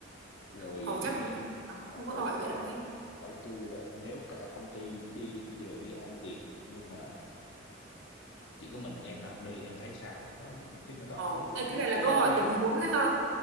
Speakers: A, on the left; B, on the right.
A: rồi
B: ở chắc
A: nếu
B: mình ờ, không
A: rồi
B: có hỏi
A: hỏi
B: vậy đâu he.
A: hỏi tôi là nếu cả công ty đi đều đi ăn tiệc nhưng mà chỉ có mình em là không đi em thấy sao đó nhiều khi người ta
B: Ờ,
A: hỏi
B: ê, cái
A: quốc
B: này là
A: quơ
B: câu hỏi
A: vậy
B: tình
A: đó
B: huống đấy ha.